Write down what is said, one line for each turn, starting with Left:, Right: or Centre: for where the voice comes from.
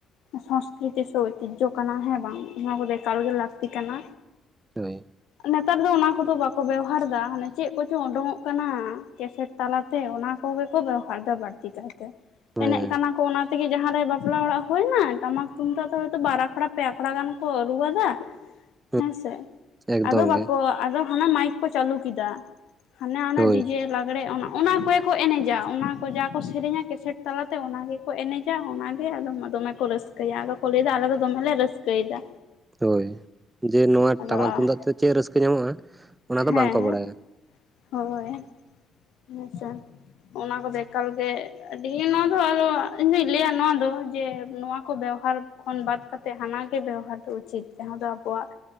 Left: ᱥᱚᱝᱥᱠᱨᱤᱛᱤ ᱥᱮ ᱪᱮᱫ ᱳᱭᱛᱤᱡᱡᱷᱚ ᱠᱟᱱᱟ ᱦᱮᱸ ᱵᱟᱝ ᱚᱱᱟ ᱠᱚᱫᱚ ᱮᱠᱟᱞ ᱜᱮ ᱞᱟᱹᱠᱛᱤ ᱠᱟᱱᱟ᱾
Right: ᱦᱳᱭ
Left: ᱱᱮᱛᱟᱨ ᱫᱚ ᱚᱱᱟ ᱠᱚᱫᱚ ᱵᱟᱠᱚ ᱠᱚ ᱵᱮᱣᱦᱟᱨ ᱫᱟ ᱦᱟᱱᱮ ᱪᱮᱫ ᱠᱚᱪᱚᱝ ᱚᱰᱩᱠᱚᱜ ᱠᱟᱱᱟ ᱠᱮᱥᱮᱴ ᱛᱟᱞᱟᱛᱮ ᱚᱱᱟ ᱟᱠᱚ ᱜᱮᱠᱚ ᱵᱮᱵᱦᱟᱨ ᱮᱫᱟ ᱵᱟᱹᱲᱛᱤ ᱠᱟᱭᱛᱮ᱾
Right: ᱦᱮᱸ
Left: ᱮᱱᱮᱡ ᱠᱟᱱᱟ ᱠᱚ ᱚᱱᱟ ᱛᱮᱜᱮ ᱡᱟᱦᱟᱸᱨᱮ ᱵᱟᱯᱞᱟ ᱚᱲᱟᱜ ᱦᱩᱭᱱᱟ, ᱴᱟᱢᱟᱠ ᱛᱩᱢᱫᱟᱜ ᱫᱚ ᱦᱚᱛᱚ ᱵᱟᱨ ᱟᱠᱷᱲᱟ ᱯᱮ ᱟᱠᱷᱲᱟ ᱜᱟᱱ ᱠᱚ ᱨᱩ ᱟᱹᱫᱟᱟ, ᱥᱮ
Right: <inaudible>
Left: ᱦᱮᱸ ᱥᱮ,
Right: ᱮᱠᱫᱚᱢ
Left: ᱟᱫᱚ ᱵᱟᱠᱚ
Right: ᱜᱮ
Left: ᱟᱫᱚ ᱦᱟᱱᱟ ᱢᱟᱭᱤᱠ ᱠᱚ ᱪᱟᱹᱞᱩ ᱠᱮᱫᱟ ᱦᱟᱱᱮ ᱦᱟᱱᱟ
Right: ᱦᱳᱭ
Left: ᱰᱤᱡᱮ ᱞᱟᱜᱽᱲᱮ ᱚᱱᱟ ᱠᱚ ᱠᱚ ᱮᱱᱮᱡᱟ ᱚᱱᱟ ᱠᱚ ᱡᱟ ᱠᱚ ᱥᱮᱨᱮᱧᱟ ᱠᱮᱥᱮᱴ ᱛᱟᱞᱟᱛᱮ ᱚᱱᱟ ᱜᱮᱠᱚ ᱮᱱᱮᱡᱟ ᱚᱱᱟᱜ ᱜᱮ ᱟᱫᱚᱢ ᱫᱚᱢᱮ ᱠᱚ ᱨᱟᱹᱥ <unintelligible> ᱞᱟᱹᱭ ᱮᱫᱟ ᱟᱞᱮ ᱫᱚ ᱫᱚᱢᱮ ᱨᱮ ᱨᱟᱹᱥᱠᱟᱹᱭ ᱮᱫᱟ᱾
Right: ᱦᱳᱭ ᱡᱮ ᱱᱚᱣᱟ
Left: ᱟᱫᱚ
Right: ᱴᱟᱢᱟᱠ ᱛᱩᱢᱫᱟᱜ ᱛᱮ ᱪᱮᱫ ᱨᱟᱹᱥᱠᱟᱹ ᱧᱟᱢᱚᱜᱼᱟ ᱚᱱᱟ ᱫᱚ
Left: ᱦᱮᱸ
Right: ᱵᱟᱝᱠᱚ ᱵᱟᱲᱟᱭᱟ
Left: ᱦᱳᱭ ᱦᱮᱸ ᱥᱮ ᱚᱱᱟ ᱠᱚ ᱮᱠᱟᱞ ᱜᱮ ᱟᱹᱰᱤ ᱱᱚᱣᱟ ᱫᱚ ᱟᱫᱚ ᱤᱧᱫᱚ ᱞᱟᱹᱭᱟ ᱱᱚᱣᱟ ᱫᱚ ᱡᱮ ᱱᱚᱣᱟ ᱠᱚ ᱵᱮᱣᱦᱟᱨ ᱠᱷᱚᱱ ᱵᱟᱛ ᱠᱟᱛᱮᱫ ᱦᱟᱱᱟ ᱜᱮ ᱵᱮᱵᱚᱦᱟᱨ ᱫᱚ ᱩᱪᱤᱛ ᱡᱟᱦᱟᱸ ᱫᱚ ᱟᱵᱚᱣᱟᱜ